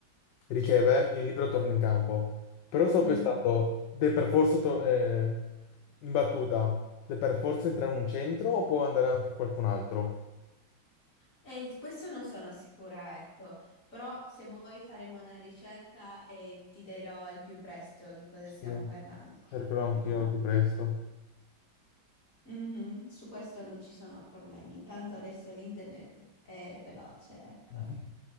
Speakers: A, on the left; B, on the left.
A: riceve, il libero torna in campo. Però sto
B: Mhm.
A: pensando, deve per forza tor- eh, in battuta, deve per forza entrare un centro o può andare anche qualcun altro?
B: E questo non sono sicura, ecco, però se vuoi faremo una ricerca e ti dirò al più presto di cosa
A: Sì,
B: stiamo parlando,
A: cercherò
B: ecco.
A: anch'io al più presto.
B: Mhm, Su questo non ci sono problemi, intanto adesso l'internet è veloce, ecco.
A: <laughs>